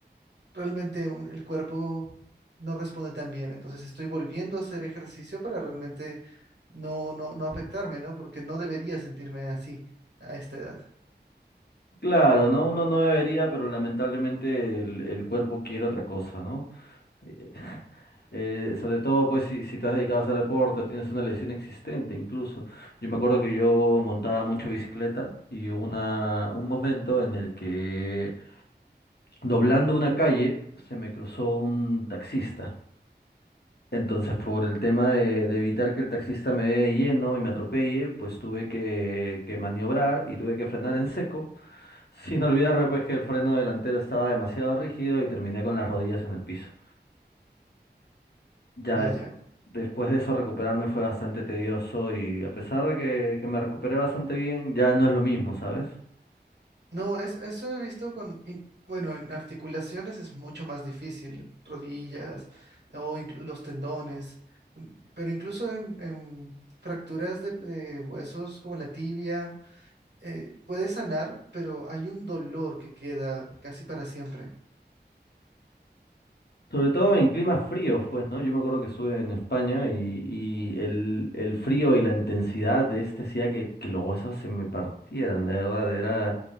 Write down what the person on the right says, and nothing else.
realmente un- el cuerpo no responde tan bien. Entonces estoy volviendo a hacer ejercicio para realmente no, no, no afectarme, ¿no? Porque no debería sentirme así a esta edad.
Vaya.
No, es, eso he visto con, y, bueno, en articulaciones es mucho más difícil, rodillas o inclu- los tendones, mm, pero incluso en, en fracturas de, de huesos como la tibia, eh, puede sanar, pero hay un dolor que queda casi para siempre.